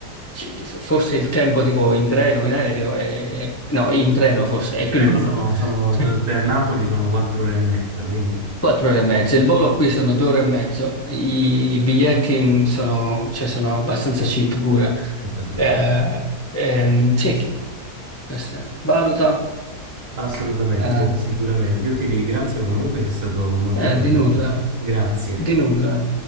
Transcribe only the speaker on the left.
ci- forse il tempo tipo in treno, in aereo, è- no, in treno forse
è
più lungo.
<laughs>
Quattro ore e mezza. Il volo qui sono due ore e mezzo. I, i biglietti sono, cioè, sono abbastanza cheap pure.
Eh, ehm, sì. Questa è- valuta,
eh,
eh,
di nulla,
di nulla.